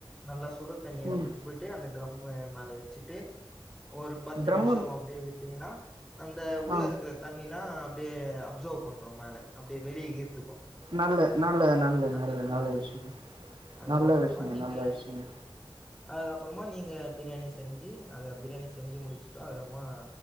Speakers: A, in the centre; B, on the right.
A: நல்லா சுட தண்ணிய எஏத்து
B: ம்.
A: போயிட்டு அந்த டிரம்மு மேல வச்சிட்டு ஒரு பத்து
B: ட்ரம்மு
A: நிம்ஷோ அப்டே விட்டீங்ன்னா அந்த உள்ள
B: ஆ.
A: இருக்குற தண்ணில அப்டியே அப்சர்வ் பண்று மேல அப்டே வெளி ஈர்த்துக்கு
B: நல்ல நல்லது, நல்லது,
A: அந்த
B: நல்லது,
A: டிரம்மு
B: நல்ல
A: மேல
B: விஷயங்க.
A: அதுக்கப்றமா
B: நல்ல விஷயங்க,
A: நீங்க
B: நல்ல விஷயங்க.
A: அதுக்கப்றமா நீங்க பிரியாணி செஞ்சி அத பிரியாணி செஞ்சி முடிச்சிட்டோ அதுக்கப்றமா